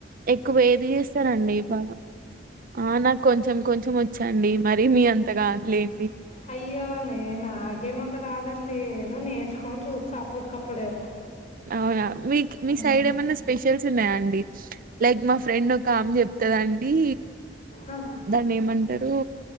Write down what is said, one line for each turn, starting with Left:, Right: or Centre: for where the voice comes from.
Right: ఎక్కువ ఏది చేస్తారండి బాగా ఆ నాకు కొంచెం కొంచెం వచ్చండి మరి మీ అంత కాదులేండి.
Left: అయ్యో నే నాగే మంత రాదండి ఏదో నేర్చుకొని చూస్త అప్పటికప్పుడే
Right: అవునా మీక్ మీ
Left: హ్మ్.
Right: సైడ్ ఏమైన్నా స్పెషల్స్ ఉన్నాయా అండి లైక్ మా ఫ్రెండ్ ఒక ఆమె చెప్తందండి
Left: ఆ!
Right: దాన్ని ఏమంట రు